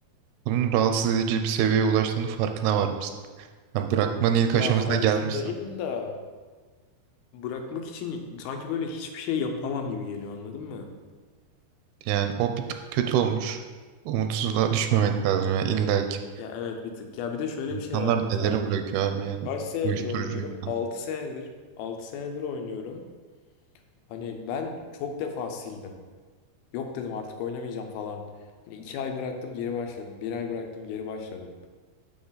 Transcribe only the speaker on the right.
bunun rahatsız edici bir seviyeye ulaştığını farkına varmışsın. Yani bırakmanın ilk
aşamasına
gelmişsin.
Yani o bir tık kötü olmuş. Umutsuzluğa düşmemek lazım yani illa ki.
İnsanlar
neleri
bırakıyor abi yani
uyuşturucu
falan.